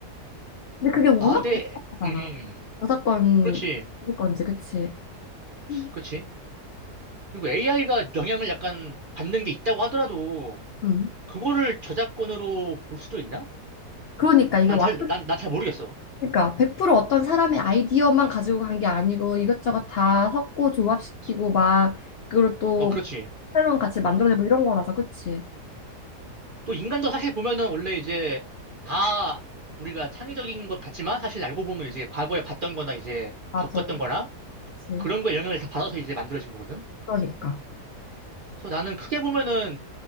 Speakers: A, on the left; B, on the right.
A: 근데 그게 워낙
B: 아, 근데,
A: 복잡하잖아.
B: 음,
A: 저작권,
B: 그렇지.
A: 저작권지, 그치? 음.
B: 그렇지. 그리고 AI가 영향을 약간 받는 게 있다고 하더라도,
A: 음.
B: 그거를 저작권으로 볼 수도 있나?
A: 그러니까 이게
B: 난
A: 완
B: 잘, 난, 난 잘 모르겠어.
A: 그러니까 100% 어떤 사람의 아이디어만 가지고 간 게 아니고 이것저것 다 섞고 조합시키고 막 그리고 또
B: 어, 그렇지.
A: 새로운 가치 만들어내고 이런 거라서 그치?
B: 또 인간도 사실 보면은 원래 이제 다 우리가 창의적인 것 같지만 사실 알고 보면 이제 과거에 봤던 거나 이제
A: 맞아.
B: 겪었던 거나
A: 그치.
B: 그런 거에 영향을 다 받아서 이제 만들어진 거거든.
A: 그러니까.
B: 그래서 나는 크게 보면은